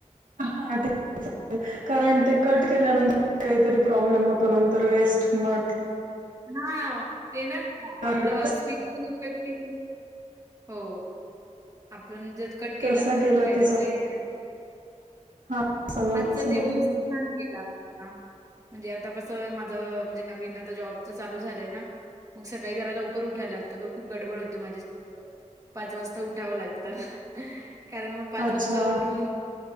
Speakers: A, on the right (about 85°); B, on the right (about 25°).
A: हा ते. कारण ते कट केल्यानंतर काहीतरी प्रॉब्लेम होतो नंतर वेस्ट मट.
B: हा ते ना
A: तर
B: आपलं
A: कसा-
B: स्पिचअल इफेक्टिव हो. आपण जर कट केला
A: कसा
B: ना तर
A: गेला
B: मग तु ह्याच्यामध्ये.
A: तुझा हा समजलं
B: आजचा
A: समजलं
B: दिवस छान गेलाता. म्हणजे आता कसं माझं म्हणजे नवीन आता जॉबच चालू झालंय ना. मग सकाळी जरा लवकर उठायला लागतं ग खूप गडबड होते माझे स पाच वाजता उठावं लागत. कारण मग पाच
A: अच्छा
B: वाजता उठून